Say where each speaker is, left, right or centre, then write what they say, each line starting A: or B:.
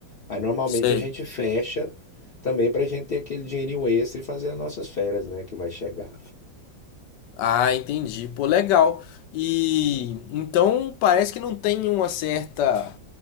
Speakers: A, on the left (about 50°); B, on the left (about 75°).
A: Aí normalmente
B: Sei.
A: a gente fecha também para a gente ter aquele dinheirinho extra e fazer as nossas férias, né? Que vai chegar.
B: Ah, entendi. Pô, legal. E então parece que não tem uma certa,